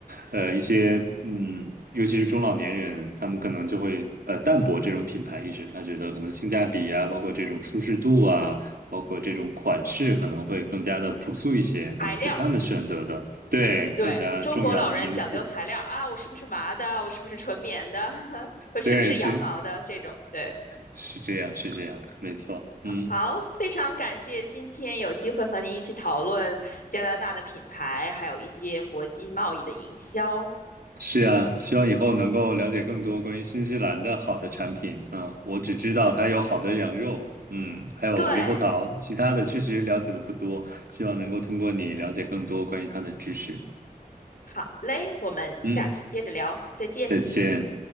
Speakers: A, on the right (about 85°); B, on the left (about 70°).
A: 呃，一些嗯，尤其是中老年人，他们可能就会呃淡薄这种品牌意识，他觉得可能性价比啊，包括这种舒适度啊，包括这种款式，可能会更加的朴素一些，
B: 材料，
A: 可能是他们选择的，对，
B: 对，
A: 更加重要的因素。
B: 中国老人讲究材料啊，我是不是麻的？我是不是纯棉的？<laughs> 我是不是羊毛的？
A: 对，是
B: 这种，对。
A: 是这样，是这样，没错，嗯，
B: 好，好，非常感谢今天有机会和您一起讨论加拿大的品牌，还有一些国际贸易的营销。
A: 是啊，希望以后能够了解更多关于新西兰的好的产品。嗯，我只知道它有好的羊肉，嗯，还有猕猴桃，
B: 对，
A: 其他的确实了解的不多，希望能够通过你了解更多关于它的知识。
B: 好嘞，我们下次接着聊，
A: 嗯，
B: 再见。
A: 再见。